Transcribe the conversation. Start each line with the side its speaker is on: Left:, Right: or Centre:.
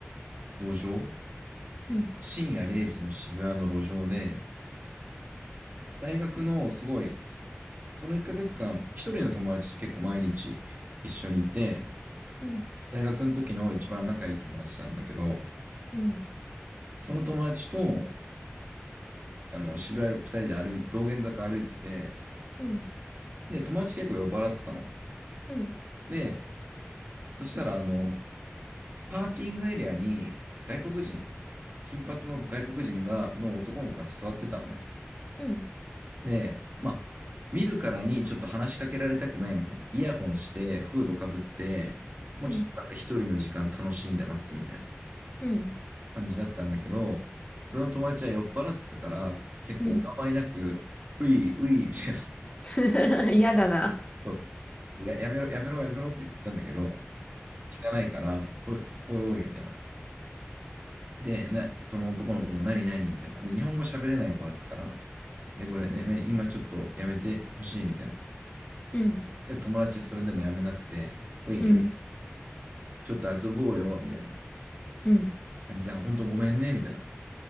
Right: 路上、
Left: うん、
Right: 深夜0時の渋谷の路上で、大学のすごい、その1ヶ月間、一人の友達と結構毎日一緒にいて、
Left: うん、
Right: 大学の時の一番仲いい友達なんだけど、
Left: うん、
Right: その友達と、あの、渋谷2人で歩い、道玄坂歩いてて、
Left: うん、
Right: で、友達結構酔っ払ってたの。
Left: うん、
Right: で、そしたら、あの、パーキングエリアに外国人、金髪の外国人が、の男の子が座ってたのね。
Left: うん、
Right: で、まあ、見るからにちょっと話しかけられたくないみたいな。イヤホンして、フードかぶって、もうちょっとなんか一人の時間楽しんでますみたいな
Left: うん、うん、
Right: 感じだったんだけど、俺の友達は酔っ払ってたから、結構お構いなく、
Left: うん、
Right: ういうい、みたいな。
Left: <laughs> 嫌だな。
Right: そう。や、やめろ、やめろ、やめろって言ったんだけど、聞かないから、おいおい、みたいな。で、な、その男の子も何何みたいな。で、日本語喋れない子だったから、え、これね、ね、今ちょっとやめてほしいみたいな。
Left: うん、
Right: で、友達それでもやめなくて、ういうい、
Left: うん、
Right: ちょっと遊ぼうよ、みたいな。
Left: うん、
Right: あ実は本当ごめんね、みたいな。